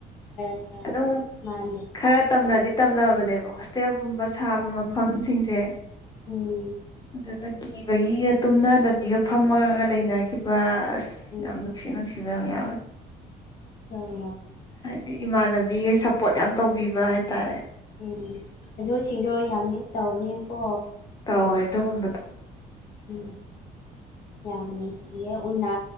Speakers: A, on the left (about 85°); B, on the left (about 25°).
A: ꯎꯝ
B: ꯑꯗꯨꯝ
A: ꯃꯥꯟꯅꯤ
B: ꯈꯔ ꯇꯝꯅꯗꯤ ꯇꯝꯅꯕꯅꯦꯕ ꯍꯣꯇꯦꯜꯒꯨꯝꯕ ꯁꯥꯕ
A: ꯎꯝ
B: ꯃꯐꯝꯁꯤꯡꯁꯦ
A: ꯎꯝ
B: ꯑꯗꯨꯗ ꯀꯤꯕꯒꯤꯒ ꯇꯨꯝꯅꯗꯕꯤꯒ ꯐꯝꯃꯒ ꯂꯩꯅꯈꯤꯕ ꯑꯁ
A: ꯎꯝ
B: ꯌꯥꯝ ꯅꯨꯡꯁꯤ ꯅꯨꯡꯁꯤꯕ ꯅꯨꯡꯁꯤꯕ ꯌꯥꯝ ꯌꯥꯎꯋ‌ꯦ
A: <unintelligible>
B: ꯍꯥꯏꯗꯤ ꯏꯃꯥꯟꯅꯕꯤꯒ ꯁꯞꯄꯣꯔꯠ ꯌꯥꯝ ꯇꯧꯕꯤꯕ ꯍꯥꯏꯇꯥꯔꯦ
A: ꯎꯝ ꯑꯗꯨꯁꯤꯡꯗꯣ ꯌꯥꯝ ꯃꯤꯁ ꯇꯧꯕꯅꯤꯀꯣ
B: ꯇꯧꯋꯦ ꯑꯗꯨꯒꯨꯝꯕꯗꯣ
A: ꯎꯝ ꯌꯥꯝꯅꯨꯡꯁꯤꯌ‌ꯦ ꯎꯟꯅ